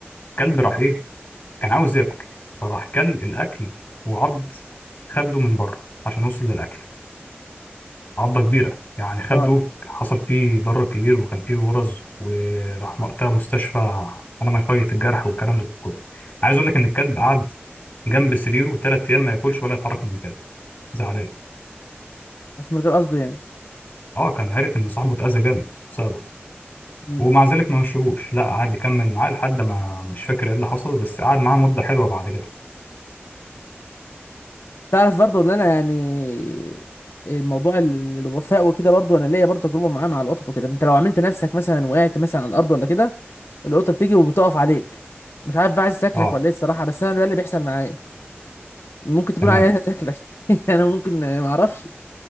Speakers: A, on the left; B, on the left.
A: الكلب راح ايه كان عاوز ياكل فراح كل الاكل وعض خده من بره عشان يوصل للاكل عضة كبيرة يعني خده
B: اه
A: حصل فيه ضرر كبير وكان فيه غرز وراح وقتها مستشفى على ما يفيض الجرح والكلام ده كله عايز اقول لك ان الكلب قعد جنب سريره ثلاث ايام ما ياكلش ولا يتحرك من مكانه زعلان
B: بس من غير قصده يعني
A: اه كان عارف ان صاحبه اتأذى جامد بسببه
B: مم.
A: ومع ذلك ما مشيهوش لا قعد يكمل معاه لحد ما مش فاكر ايه اللي حصل بس قعد معاه مدة حلوة بعد كده
B: تعرف برضو إن أنا يعني الموضوع ال- الوفاء وكده برضو أنا ليا برضو تجربة معاه مع القطط وكده أنت لو عملت نفسك مثلا وقعت مثلا على الأرض ولا كده القطة بتيجي وبتقف عليك مش عارف بقى عايز تاكلك
A: اه
B: ولا ايه الصراحة بس انا ده اللي بيحصل معايا ممكن تكون
A: تمام
B: عايزة تاكلك <laughs> انا ممكن ما اعرفش